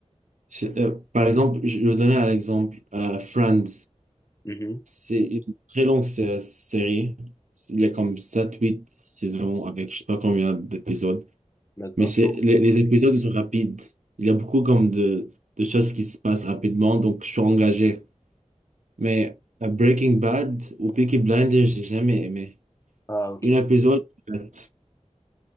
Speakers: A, on the right (about 85°); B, on the left (about 25°).
A: C'est- euh, par exemple, je je vais donner un exemple. euh, Friends.
B: Mhm,
A: C'est une très longue sé- série. Il y a comme sept huit saisons avec je sais pas combien d'épisodes.
B: d'accord.
A: Mais c'est, les, les épisodes, ils sont rapides. Il y a beaucoup comme de, de choses qui se passent rapidement, donc je suis engagé. Mais euh, Breaking Bad ou Peaky Blinders, j'ai jamais aimé.
B: Ah, ok.
A: Une épisode, en fait.